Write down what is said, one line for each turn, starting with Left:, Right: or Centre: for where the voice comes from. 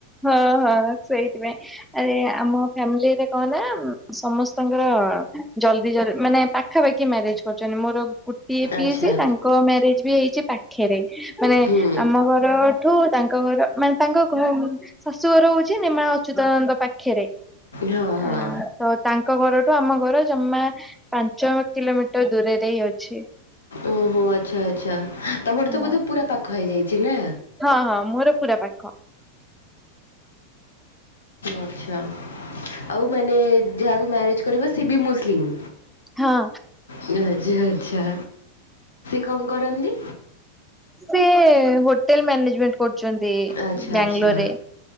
Centre: ହଁ ହଁ ସେଇଥିପାଇଁ, ଆରେ ଆମ ଫାମିଲିରେ କ ନା ସମସ୍ତଙ୍କର ଜଲଦି ଜଲି ମାନେ ପାଖାପାଖି ମ୍ୟାରେଜ କରୁଛନ୍ତି। ମୋର ଗୋଟିଏ ପିଇସି
Left: ଆଚ୍ଛା
Centre: ତାଙ୍କ ମ୍ୟାରେଜ ବି ହେଇଛି ପାଖେରେ। ମାନେ
Left: ହୁଁ
Centre: ଆମ ଘରଠୁ ତାଙ୍କ ଘର ମାନେ ତାଙ୍କ ଘ ର ଶାଶୁ ଘର ହଉଛି, ନେମାଳ ଅଚ୍ୟୁତାନନ୍ଦ ଙ୍କ ପାଖରେ
Left: ହଁ
Centre: ଆ
Left: ହଁ।
Centre: ତ ତାଙ୍କ ଘର ଆମ ଘର ଜମା ପାଞ୍ଚ ମ କିଲୋମିଟର ଦୂରରେ ହିଁ ଅଛି।
Left: ଓହୋ ଆଚ୍ଛା ଆଛା! ତମର
Centre: ହଁ
Left: ତ ବୋଧେ ପୁରା ପାଖ ହେଇଯାଇଛି ନା?
Centre: ହଁ ହଁ ମୋର ପୁରା ପାଖ।
Left: ଆଛା ଆଉ ମାନେ ଯାହାକୁ ମ୍ୟାରେଜ କରିବ ସେ ବି ମୁ ସିଲିମ୍
Centre: ହଁ
Left: ଯାହା ଯା ଯା କଣ କରନ୍ତି।
Centre: ସେ ହୋଟେଲ ମାନେଜମେଣ୍ଟ କରୁଛନ୍ତି
Left: ଆଚ୍ଛା
Centre: ବାଙ୍ଗଲୋରରେ।
Left: ଆଚ୍ଛା